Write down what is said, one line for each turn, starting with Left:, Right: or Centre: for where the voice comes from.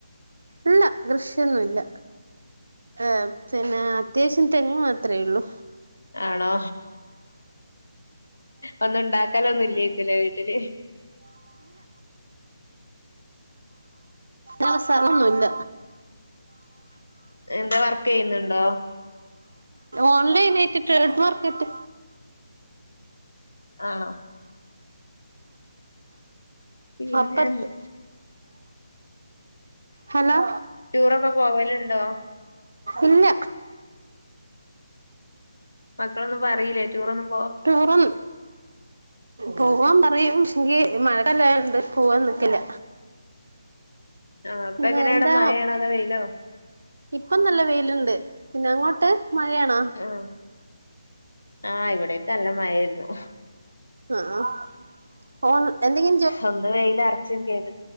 Right: ഇല്ല കൃഷിയൊന്നുല്ല ഏ പിന്നെ അത്യാവശ്യം തെങ്ങ് മാത്രേള്ളു
Left: ആണോ ഒന്നുണ്ടാക്കലൊന്നുംല്ലേക്കുലെ വീട്ടില്
Right: ആ സ്ഥലൊന്നുല്ല
Left: എന്താ വർക്കെയ്യ്ന്ന്ണ്ടോ
Right: ഓൺലൈനായിട്ട് ട്രൈഡ് മാർക്കറ്റ്
Left: ആണോ പിന്നെ
Right: അപ്പർത്ത് ഹലോ
Left: റ്റൂറൊക്കെ പോവല്ണ്ടോ
Right: ഇല്ല
Left: മക്കളൊന്നും പറീല്ലേ റ്റൂറൊന്നും
Right: റ്റൂറും പോവാൻ പറയും എങ്കി മയെല്ലായോണ്ട് പോവാനിക്കല്ല
Left: ആ
Right: പിന്നെ
Left: പ്പെങ്ങനാടെ
Right: എന്താ
Left: മയേണോ അതോ വെയിലോ
Right: ഇപ്പം നല്ല വെയ്ല്ണ്ട് പിന്നെ അങ്ങോട്ട് മഴയാണോ
Left: ആ ആ ഇവടൊക്കെ നല്ല മയേര്ന്നു
Right: ആ ആ ഓൻ എന്തെങ്കി
Left: ഒന്ന് വെയ്ലർച്ചും ചെയ്ത്